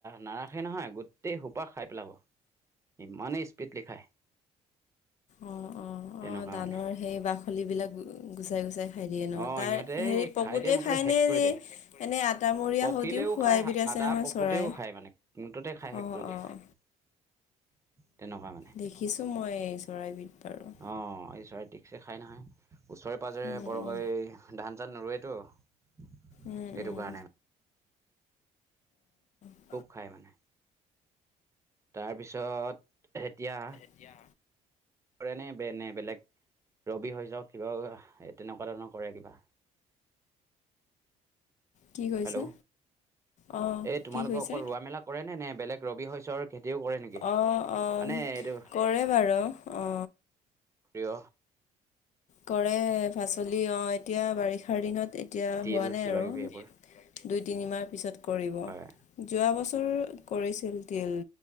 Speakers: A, on the right; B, on the left.
A: নাৰাখে নহয়, গোটেই সোপা খাই পেলাব। ইমানে স্পিডলি খায়।
B: অ', অ',
A: তেনেকুৱা
B: অ', ধানৰ
A: মানে
B: সেই বাখলি বিলাক গুচাই গুচাই খাই দিয়ে ন'
A: অ
B: তাৰ
A: সিহঁতে
B: হেৰি পকুতে
A: দিয়ে মুঠতে
B: খাই
A: শেষ
B: নে,
A: কৰি
B: নে
A: দিয়ে
B: এনে আটামৰিয়া
A: পকিলেও
B: হওতেও খুৱা
A: খায়
B: এবিধ আছে
A: আদা
B: নহয়
A: পকোতেও
B: চৰাই?
A: খায় মানে মুঠতে খাই শেষ
B: অ',
A: কৰি
B: অ'।
A: <inaudible> তেনেকুৱা মানে
B: দেখিছো মই চৰাইবিধ বাৰু।
A: অ', এই চৰাই ঠিকছে খাই নহয় ওচৰে পাঁজৰে
B: উম।
A: বৰ হৈ ধান চান নৰুৱেতো। এইটো
B: উম, উম,
A: কাৰণে।
B: অ'।
A: খুব খায় মানে। তাৰপিছত এতিয়া
B: এতিয়া
A: কৰে নে বে নে বেলেগ ৰবি হৈ যাওক কিবা এ তেনেকুৱা ধৰণৰ কৰে কিবা?
B: কি কৈছে?
A: হেল্ল'
B: অ',
A: এই তোমালোকৰ
B: কি কৈছে,
A: অকল ৰোৱা মেলা কৰেনে নে বেলেগ ৰবি শস্যৰ খেতিও কৰে নেকি
B: অ' অ'
A: মানে এইটো
B: কৰে বাৰু, অ'।
A: প্ৰিয়
B: কৰে পাচলি, অ', এতিয়া বাৰিষাৰ দিনত এতিয়া
A: তিল
B: হোৱা নাই
A: কিবা
B: আৰু।
A: কিবি এইবোৰ
B: দুই-তিনিমাহ পিছত কৰিব।
A: হয়
B: যোৱা বছৰো কৰিছিল তিল,